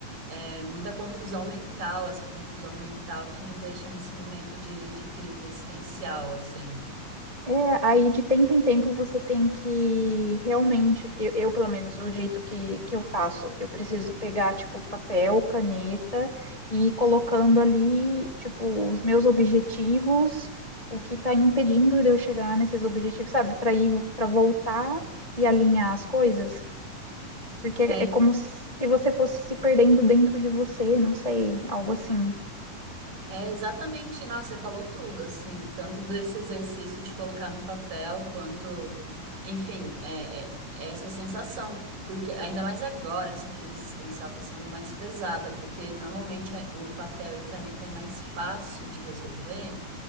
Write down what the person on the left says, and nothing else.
É, aí de tempo em tempo você tem que realmente, eu, eu, pelo menos o jeito que, que eu faço, eu preciso pegar tipo papel, caneta e ir colocando ali tipo os meus objetivos, o que está impedindo de eu chegar nesses objetivos, sabe? Para ir, para voltar e alinhar as coisas, porque
é como se você fosse se perdendo dentro de você, não sei, algo assim.